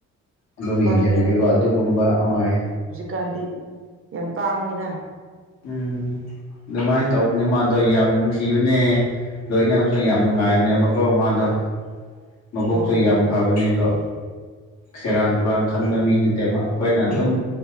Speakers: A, on the left (about 60°); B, on the right (about 45°).
A: ꯑꯗꯨꯝ
B: ꯐꯔꯦꯅꯦ
A: ꯌꯦꯡꯁꯤꯟꯂꯒꯦꯀꯣ ꯑꯗꯨꯒꯨꯝꯕ ꯑꯍꯣꯏ
B: ꯀꯥꯟꯗꯤ ꯌꯥꯝ ꯇꯥꯡꯉꯤꯅ
A: ꯎꯝ ꯑꯗꯨꯃꯥꯏꯅ ꯇꯧꯕꯅꯦ ꯃꯥꯗꯣ ꯑꯩ ꯌꯥꯝ ꯅꯨꯡꯁꯤꯕꯅꯦ ꯂꯣꯏꯅꯕꯁꯨ ꯌꯥꯝ ꯅꯨꯡꯉꯥꯏꯕꯅꯦꯕꯀꯣ ꯃꯥꯗꯣ ꯃꯕꯨꯣꯛꯁꯨ
B: ꯑꯣ
A: ꯌꯥꯝ
B: ꯑꯣ
A: ꯐꯕꯅꯦ ꯑꯗꯣ ꯁꯦꯔꯥꯟ ꯇꯨꯔꯥꯟ ꯈꯟꯕ ꯃꯤ ꯅꯠꯇꯦꯕ ꯑꯩꯈꯣꯏꯅ ꯑꯗꯨꯝ